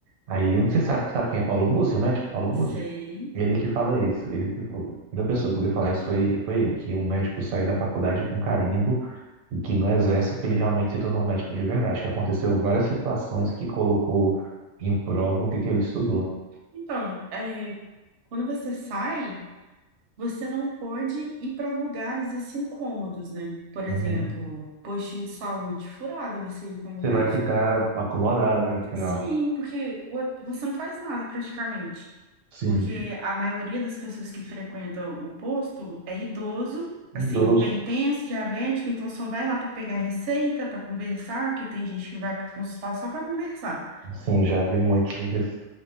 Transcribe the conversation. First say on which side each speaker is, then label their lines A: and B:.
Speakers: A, on the right (about 85°); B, on the right (about 60°).
A: aí, eu não sei se sabe, sabe quem é Paulo Musi, o médico Paulo
B: Sei.
A: Musi? Ele que fala isso, ele que, a primeira pessoa que eu ouvi falar isso foi, foi ele, que um médico sai da faculdade com carimbo e que não exerce o que ele realmente se tornou médico de verdade, que aconteceu várias situações que colocou em prova o que, que ele estudou.
B: Então, é, quando você sai. Você não pode ir para lugares assim incômodos, né? Por
A: Uhum.
B: exemplo, postinho de saúde furada você ir como
A: Você
B: médico.
A: vai ficar acomodado, né, no final.
B: Sim, porque o- você não faz nada praticamente.
A: Sim.
B: Porque a maioria das pessoas que frequentam o posto é idoso, assim,
A: Mudou.
B: hipertenso, diabético, então só vai lá para pegar receita, para conversar, que tem gente que vai para consultar só para conversar.
A: Sim, já vi muito isso.